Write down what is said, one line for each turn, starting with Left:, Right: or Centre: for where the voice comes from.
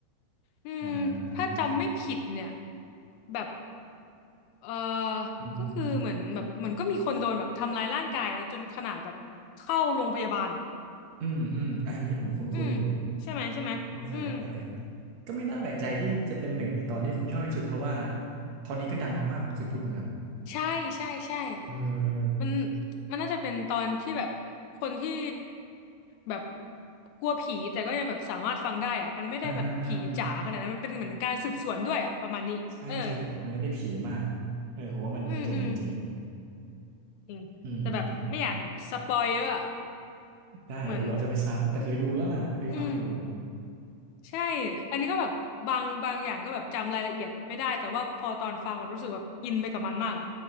Left: อืมถ้าจำไม่ผิดเนี่ย
Right: อ่า
Left: แบบ เออ
Right: อืมอืมอืม
Left: ก็คือเหมือนแบบเหมือนก็มีคนโดนแบบทำร้ายร่างกายแล้วจนขนาดแบบเข้าโรงพยาบาลอะ
Right: อืมอืมอันนี้ผมคุ้นๆอยู่
Left: อืมใช่ไหมใช่ไหมอืม
Right: โอเค โอเค ก็ไม่น่าแปลกใจที่จะเป็นหนึ่งในตอนที่คุณชอบที่สุดเพราะว่าตอนนี้ก็ดังมากๆของคืนพูดเหมือนกัน
Left: ใช่ใช่ใช่
Right: เออเออ
Left: มันมันน่าจะเป็นตอนที่แบบคนที่แบบกลัวผีแต่ก็ยังแบบสามารถฟังได้อะมันไม่ได้แบบผีจ๋าขนาดนั้นมันเป็นเหมือนการสืบสวนด้วยอะประมาณนี้เออ
Right: อ่าเออมันใช่ใช่มันไม่ได้ผีมากเออผมว่ามันมันเจ๋งมันเจ๋ง
Left: อืมอืมจริงแต่แบบไม่อยากแบบสปอยเยอะอะ
Right: อืมอืมได้หรือผมอาจจะไปซ้ำ
Left: เหมือน
Right: แต่เคยดูแล้วล่ะ เคยฟังอยู่
Left: อืม ใช่อันนี้ก็แบบบางบางอย่างก็แบบจำรายละเอียดไม่ได้แต่ว่าพอตอนฟังแบบรู้สึกแบบอินไปกับมันมากอ่ะ